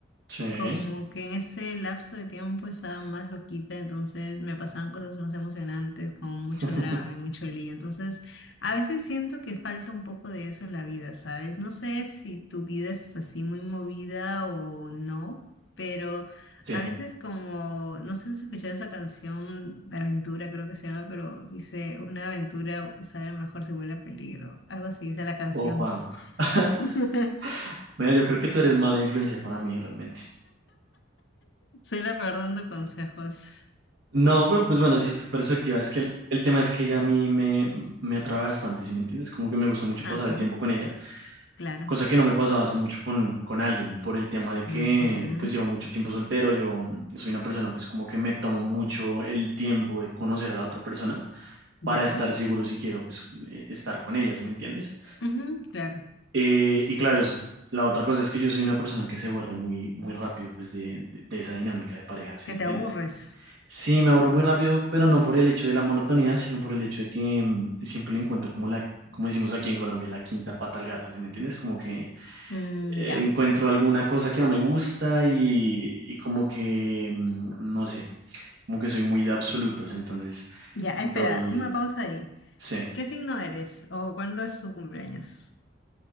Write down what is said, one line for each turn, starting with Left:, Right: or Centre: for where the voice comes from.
Right: Sí.
Left: como que en ese lapso de tiempo estaba más loquita, entonces me pasaban cosas más emocionantes, como mucho
Right: <laughs>
Left: drama y mucho lío. Entonces, a veces siento que falta un poco de eso en la vida, ¿sabes? No sé si tu vida es así muy movida o no, pero
Right: Sí.
Left: a veces como, no sé si has escuchado esa canción de aventura, creo que se llama, pero dice, una aventura sabe mejor si huele a peligro. Algo así dice la canción.
Right: Opa. <laughs>
Left: <laughs>
Right: Mira, yo creo que tú eres mala influencia para mí realmente.
Left: Soy la peor dando consejos.
Right: No, pero pues bueno, si es tu perspectiva, es que el, el tema es que ella a mí me, me atrae bastante, ¿sí me entiendes? Como que me gusta mucho
Left: Ajá,
Right: pasar el tiempo con ella,
Left: claro.
Right: cosa que no me pasaba hace mucho con, con alguien, por el tema de que
Left: Ujú,
Right: pues llevo mucho tiempo soltero, yo mm, soy una persona pues como que me tomo mucho el tiempo de conocer a la otra persona para
Left: Ya.
Right: estar seguro si quiero pues eh, estar con ella, ¿sí me entiendes?
Left: Ujú, Claro.
Right: Eh, y claro, es- la otra cosa es que yo soy una persona que se aburre muy, muy rápido, pues, de, de- de esa dinámica de pareja, ¿sí
Left: Que
Right: me entiendes?
Left: te aburres.
Right: Sí, me aburro muy rápido, pero no por el hecho de la monotonía, sino por el hecho de que mm, siempre le encuentro como la, como decimos aquí en Colombia, la quinta pata al gato, ¿sí me entiendes? Como que
Left: Mm,
Right: eh,
Left: ya.
Right: encuentro alguna cosa que no me gusta y, y como que, mm, no sé, como que soy muy de absolutos, entonces
Left: Ya,
Right: doy,
Left: espera, una pausa ahí.
Right: sí,
Left: ¿Qué signo eres o cuándo es tu cumpleaños?